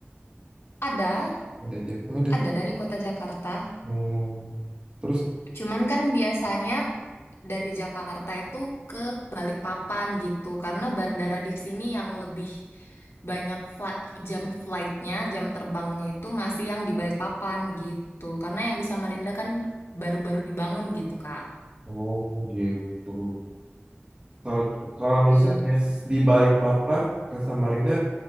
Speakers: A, on the left; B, on the right.
A: Ada,
B: Ada Jakarta. Oh, ada.
A: ada dari kota Jakarta.
B: Hmm. Terus,
A: Cuman kan biasanya dari Jakarta itu ke Balikpapan gitu karena bandara di sini yang lebih banyak fli- jam flightnya jam terbangnya itu masih yang di Balikpapan gitu karena yang di Samarinda kan baru-baru dibangun gitu Kak.
B: oh gitu. Kalau kalau misalnya
A: I-
B: di Balikpapan ke Samarinda